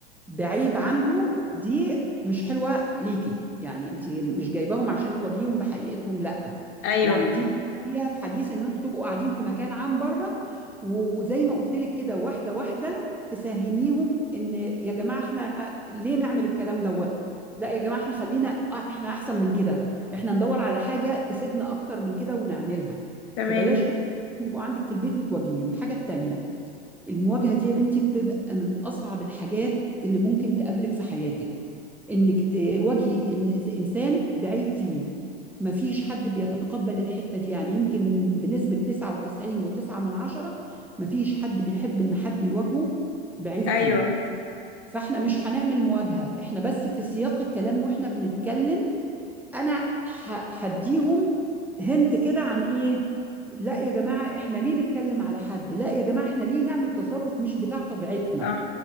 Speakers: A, in the centre; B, on the left.
A: بعيب عنده دي مش حلوة ليكي يعني انت مش جايباهم عشان تواجهيهم بحقيقتهم لا
B: ايوه
A: يعني دي فيها في حديث ان انتوا تبقوا قاعدين في مكان عام بره وزي ما قلت لك كده واحده واحده تفهميهم ان يا جماعه احنا ليه نعمل الكلام دوت لا يا جماعه احنا خلينا آه، احنا احسن من كده احنا ندور على حاجه تفيدنا اكتر من كده ونعملها
B: تمام
A: فبلاش حته يبقوا عندك في البيت وتوجهيهم الحاجه التانيه المواجهة دي يا بنتي بتبقى من أصعب الحاجات اللي ممكن تقابلك في حياتك إنك تواجهي إن- إنسان بعيب فيه مفيش حد بيتقبل الحتة دي يعني يمكن بنسبة 99 وتسعة من عشرة مفيش حد بيحب إن حد يواجهه بعيب فيه
B: ايوه
A: فإحنا مش هنعمل مواجهة إحنا بس في سياق الكلام وإحنا بنتكلم انا ه- هديهم هنت كده عن ايه لا يا جماعه احنا ليه نتكلم على حد لا يا جماعه احنا ليه نعمل تصرف مش بتاع طبيعتنا
B: صح